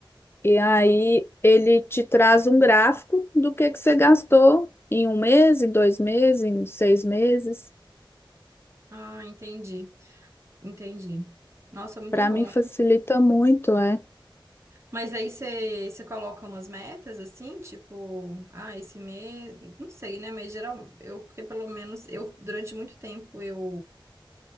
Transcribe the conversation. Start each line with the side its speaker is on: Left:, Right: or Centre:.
Left: E aí
Right: Hum.
Left: ele te traz um gráfico do que que você gastou em um mês, em dois meses, em seis meses.
Right: Ah, entendi. Entendi. Nossa, muito
Left: Para
Right: bom,
Left: mim facilita
Right: hein?
Left: muito, é.
Right: Mas aí você, você coloca umas metas assim, tipo, ah, esse mês, não sei, né? Mas geral, eu, porque pelo menos eu, durante muito tempo, eu